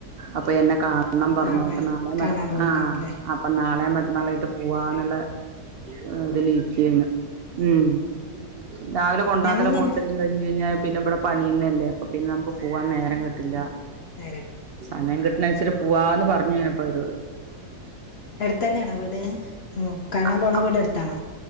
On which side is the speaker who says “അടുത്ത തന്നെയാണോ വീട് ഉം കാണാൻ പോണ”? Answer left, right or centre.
Left